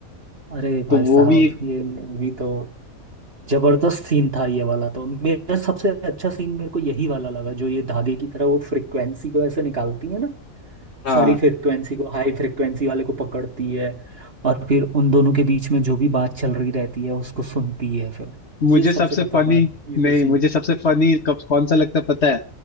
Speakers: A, on the right (about 45°); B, on the left (about 50°).
A: अरे भाई
B: तो वो
A: साहब
B: भी एक
A: ये मूवी तो जबरदस्त सीन था ये वाला तो मेरा सबसे अच्छा सीन मेरे को यही वाला लगा जो ये धागे की तरह वो फ्रिक्वेंसी को ऐसे निकालती है ना
B: हाँ
A: सारी फ्रिक्वेंसी को हाई फ्रिक्वेंसी वाले को पकड़ती है और फिर उन दोनों के बीच में जो भी बात चल रही रहती है उसको सुनती है फिर
B: मुझे
A: ये सबसे
B: सबसे
A: खतरनाक
B: फनी
A: मेरे को
B: नहीं
A: सीन
B: मुझे सबसे फनी कब कौन सा लगता है पता है